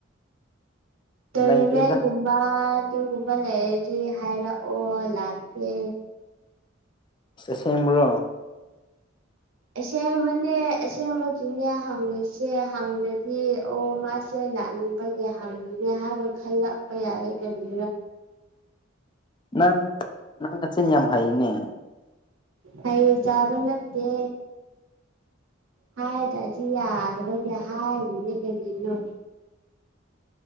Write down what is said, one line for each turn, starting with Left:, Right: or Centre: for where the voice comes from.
Right: ꯇꯨꯔꯅꯥꯃꯦꯟꯒꯨꯝꯕ
Left: ꯂꯩꯇꯦꯗ
Right: ꯑꯗꯨꯒꯒꯨꯝꯕ ꯂꯩꯔꯗꯤ ꯍꯥꯏꯔꯛꯑꯣ ꯂꯥꯛꯀꯦ
Left: ꯑꯁꯦꯡꯕꯔꯣ
Right: ꯑꯁꯦꯡꯕꯅꯦ ꯑꯁꯦꯡꯕꯒꯤꯅꯦ ꯍꯪꯉꯤꯁꯦ ꯍꯪꯉꯗꯤ ꯑꯣ ꯃꯥꯁ ꯁꯦ ꯂꯥꯛꯅꯤꯡꯕꯒꯤ ꯍꯥꯡꯉꯤꯅꯦ ꯍꯥꯏꯕ ꯈꯜꯂꯛꯄ ꯌꯥꯏ ꯀꯔꯤ
Left: ꯅꯪ ꯅꯪ ꯅꯆꯤꯟ ꯌꯥꯝ ꯍꯩꯌꯦꯅꯦ
Right: ꯍꯩ ꯆꯕ ꯅꯠꯇꯦ ꯍꯥꯏꯗꯔ꯭ꯗꯤ ꯌꯥꯗꯕꯒꯤ ꯍꯥꯏꯔꯤꯅꯦ ꯀꯔꯤꯅꯣ